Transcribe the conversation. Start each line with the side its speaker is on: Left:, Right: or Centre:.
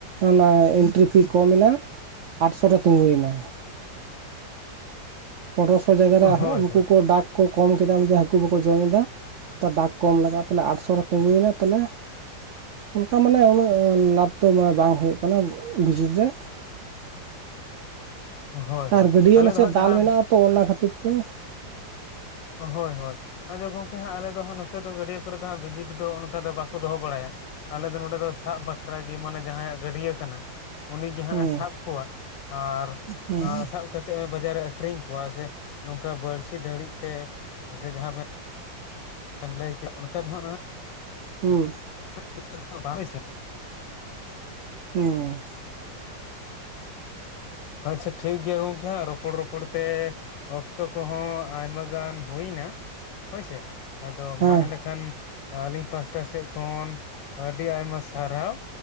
Right: ᱚᱱᱟ ᱮᱱᱴᱨᱤ ᱯᱷᱤ ᱠᱚᱢ ᱮᱱᱟ ᱟᱴᱥᱚ ᱨᱮ ᱛᱤᱸᱜᱩᱭᱮᱱᱟ᱾ ᱯᱚᱱᱨᱚᱥᱚ ᱡᱟᱭᱜᱟ
Left: ᱦᱳᱭ,
Right: ᱨᱮ ᱩᱱᱠᱩ ᱠᱚ ᱰᱟᱠ ᱠᱚ ᱠᱚᱢ ᱠᱮᱫᱟ ᱩᱱᱡᱮ ᱦᱟᱹ ᱠᱩ ᱵᱟᱠᱚ ᱡᱚᱢ ᱮᱫᱟ ᱛᱚ ᱰᱟᱠ ᱠᱚᱢ ᱞᱟᱜᱟᱜᱼᱟ ᱛᱮ ᱟᱴᱥᱚ ᱨᱮ ᱛᱤᱸᱜᱩᱭᱮᱱᱟ ᱛᱟᱦᱚᱞᱮ ᱚᱱᱠᱟ ᱢᱟᱱᱮ ᱩᱱᱟᱹᱜ ᱞᱟᱵᱷ ᱛᱚ ᱢᱟᱱᱮ ᱵᱟᱝ ᱦᱩᱭᱩᱜ ᱠᱟᱱᱟ ᱵᱤᱡᱽᱤᱰ ᱨᱮ,
Left: ᱦᱳᱭ, ᱦᱳᱭ᱾
Right: ᱟᱨ ᱜᱟᱹᱰᱭᱟᱹ
Left: ᱟᱞᱮ
Right: ᱱᱟᱥᱮᱭᱟᱜ
Left: ᱫᱚ ᱦᱟᱸᱜ ᱡᱟᱦᱟᱸ
Right: ᱫᱟᱞ ᱢᱮᱱᱟᱜᱼᱟ ᱛᱚ ᱚᱱᱟ ᱠᱷᱟᱹᱛᱤᱨ ᱛᱮ
Left: ᱦᱳᱭ ᱦᱳᱭ ᱟᱪᱪᱷᱟ ᱜᱚᱢᱠᱮ ᱦᱟᱸᱜ ᱟᱞᱮ ᱫᱚ ᱱᱷᱟᱜ ᱱᱚᱛᱮ ᱫᱚ ᱜᱟᱹᱰᱭᱟᱹ ᱠᱚᱨᱮ ᱫᱚ ᱦᱟᱸᱜ ᱵᱷᱤᱡᱤᱴ ᱫᱚ ᱚᱱᱠᱟ ᱫᱚ ᱵᱟᱠᱚ ᱫᱚᱦᱚ ᱵᱟᱲᱟᱭᱟ᱾ ᱟᱞᱮ ᱫᱚ ᱱᱚᱸᱰᱮ ᱫᱚ ᱥᱟᱵ ᱵᱟᱠᱷᱨᱟ ᱜᱮ ᱢᱟᱱᱮ ᱡᱟᱦᱟᱸᱭᱟᱜ ᱜᱟᱹᱰᱭᱟᱹ ᱠᱟᱱᱟ, ᱩᱱᱤ ᱜᱮ ᱦᱟᱸᱜ
Right: ᱦᱩᱸ
Left: ᱮ ᱥᱟᱵ ᱠᱚᱣᱟ ᱟᱨ
Right: ᱦᱩᱸ
Left: ᱥᱟᱵ ᱠᱟᱹ ᱛᱮ ᱵᱟᱡᱟᱨᱮ ᱟᱹᱠᱷᱨᱤᱧ ᱠᱚᱣᱟ ᱥᱮ ᱱᱚᱝᱠᱟ ᱵᱟᱹᱲᱥᱤ ᱫᱟᱹᱲᱤᱡ ᱛᱮ ᱥᱮ ᱡᱟᱦᱟᱸ ᱵᱮᱱ ᱞᱟᱹᱭ ᱠᱮᱜ ᱚᱱᱠᱟ ᱫᱚ ᱱᱷᱟᱜ
Right: ᱦᱩᱸ᱾
Left: <unintelligible> ᱵᱟ ᱦᱟᱯᱩᱭ ᱥᱮ᱾
Right: ᱚ᱾
Left: ᱟᱪᱪᱷᱟ ᱴᱷᱤᱠ ᱜᱮᱭᱟ ᱜᱚᱝᱠᱮ ᱦᱟᱸᱜ ᱨᱚᱯᱚᱲ ᱨᱚᱯᱚᱲ ᱛᱮ ᱚᱠᱛᱚ ᱠᱚᱦᱚᱸ ᱟᱭᱢᱟ ᱜᱟᱱ ᱦᱩᱭᱮᱱᱟ ᱦᱳᱭᱥᱮ ᱟᱫᱚ
Right: ᱦᱮᱸ
Left: ᱢᱟ ᱮᱱᱠᱷᱟᱱ ᱟᱹᱞᱤᱧ ᱯᱟᱥᱴᱟ ᱥᱮᱫ ᱠᱷᱚᱱ ᱟᱹᱰᱤ ᱟᱭᱢᱟ ᱥᱟᱨᱦᱟᱣ᱾